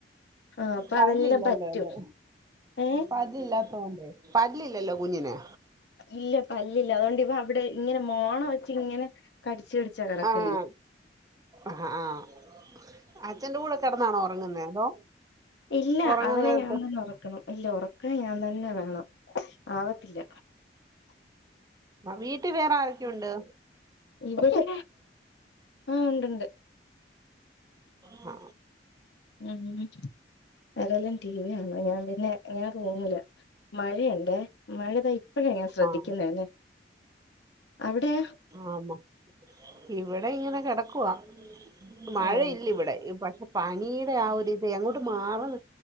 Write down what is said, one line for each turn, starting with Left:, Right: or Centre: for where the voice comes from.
Left: ആ അപ്പൊതെല്ലാം
Right: പല്ലില്ലല്ലോ
Left: പറ്റും
Right: അല്ലേ
Left: ഏ
Right: പല്ലില്ലാത്തോണ്ടേ പല്ലില്ലല്ലോ കുഞ്ഞിന്?
Left: ഇല്ല പല്ലില്ല അതോണ്ടിവൻ അവിടെ ഇങ്ങനെ മോണ വെച്ച് ഇങ്ങനെ കടിച്ച് പിടിച്ചാ കെടക്കല്
Right: ആഹ് ആഹ് ആഹ് അച്ഛന്റെ കൂടെ കിടന്നാണോ ഉറങ്ങുന്നുന്നത് അതോ?
Left: ഇല്ല
Right: ഉറങ്ങാൻ
Left: അവനെ
Right: നേരത്ത്
Left: ഞാൻ തന്നെ ഉറക്കണം ഇല്ല ഉറക്കാൻ ഞാൻ തന്നെ വേണം ആവത്തില്ല
Right: അ വീട്ടി വേറാരൊക്കെയുണ്ട്
Left: ഇവിടെ ആ ഉണ്ടുണ്ട്
Right: ആ
Left: ഊം അതല്ലാം ടി വിയാണ്ഞാൻപിനെന ഞാൻ റൂമിലപോവ്ന്നിമഴയിണ്ടേ മഴ താ ഇപ്പഴാ ഞാൻ ശ്രദ്ധിക്കുന്നേ
Right: ആഹ്
Left: ന്നെ അവിടെ?
Right: ആമ ഇവിടെ ഇങ്ങനെ കെടക്കവാ മഴയില്ലിവിടെ
Left: ഏ
Right: പനീടെ ആ ഒരിതേ അങ്ങോട്ട് മാറ്ണ്